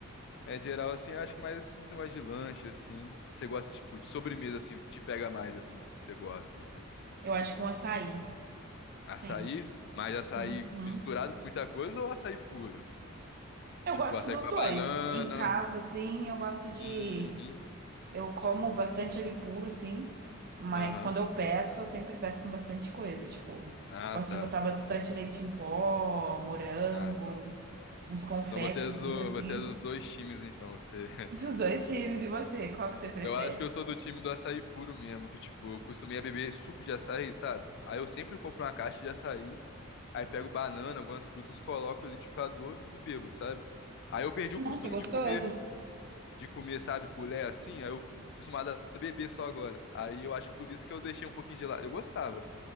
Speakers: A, on the left; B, on the right.
A: É geral, assim, eu acho que mais esse negócio de lanche, assim. Você gosta, tipo, de sobremesa, assim, o que te pega mais, assim, você gosta, assim.
B: Eu acho que um açaí,
A: Açaí,
B: sempre.
A: mas açaí
B: Uhum.
A: misturado com muita coisa ou açaí puro?
B: Eu
A: Tipo,
B: gosto
A: açaí
B: dos
A: com a
B: dois.
A: banana.
B: Em casa, assim, eu gosto de.
A: Uhum.
B: Eu como bastante ele puro, assim, mas
A: Aham.
B: quando eu peço, eu sempre peço com bastante coisa. Tipo,
A: Ah,
B: gosto
A: tá.
B: de botar bastante leite em pó, morango,
A: Ah, então.
B: uns confetezinhos,
A: Então você é, do,
B: assim,
A: você é dos dois times, então. Você... <laughs>
B: dos dois times. E você, qual que você prefere?
A: Eu acho que eu sou do time do açaí puro mesmo, que, tipo, eu costumei a beber suco de açaí, sabe? Aí eu sempre compro uma caixa de açaí. Aí pego banana, algumas frutas, coloco no liquidificador e bebo, sabe? Aí eu perdi
B: Nossa,
A: o costume
B: é gostoso.
A: de comer, de comer, sabe, colher assim, aí eu fico acostumado a beber só agora. Aí eu acho por isso que eu deixei um pouquinho de lado. Eu gostava